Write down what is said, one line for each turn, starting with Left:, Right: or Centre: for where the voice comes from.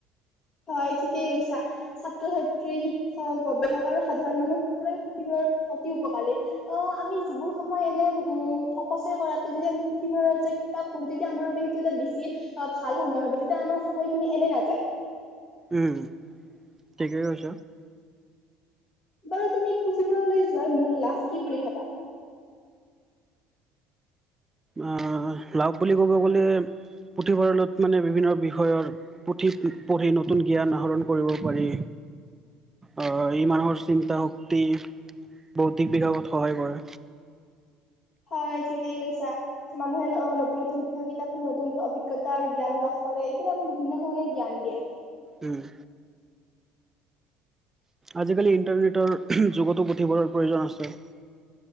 Left: হয় ঠিকেই কৈছা ছাত্ৰ ছাত্ৰী শিক্ষক গৱেষক আৰু সাধাৰণ মানুহ কিহৰ অতি উপকাৰী অ আমি যিবোৰ সময় এনে উম অপচয় কৰাতকে যদি আমি পুথিভঁৰালত যাই ত পোহোতিদি আমাৰ বাবে সেইটো এটা বেছি অ ভাল সময় হব তেতিয়া আমাৰ সময়খিনি এনে নাযায়
Right: উম ঠিকেই কৈছ
Left: বাৰু তুমি পুঁথিভৰাললৈ যোৱাৰ মূল লাভ কি বুলি ভাবা
Right: অ লাভ বুলি ক'ব গলে পুথিভঁৰালত মানে বিভিন্ন বিষয়ৰ পুথি পঢ়ি নতুন জ্ঞান আহৰণ কৰিব পাৰি। অ ই মানুহৰ চিন্তা শক্তি বৌদ্ধিক বিভাগত সহায় কৰে।
Left: হয় ঠিকেই কৈছা মানুহে নতুন নতুন বিষয় কিতাপ নতুন নতুন অভিজ্ঞতা আৰু জ্ঞান লাভ কৰে এইবোৰে আমাক বিভিন্ন ধৰণৰ জ্ঞান দিয়ে।
Right: উম আজিকালি ইণ্টাৰনেটৰ উমহ যুগতো পুথিভঁৰালৰ প্ৰয়োজন আছে।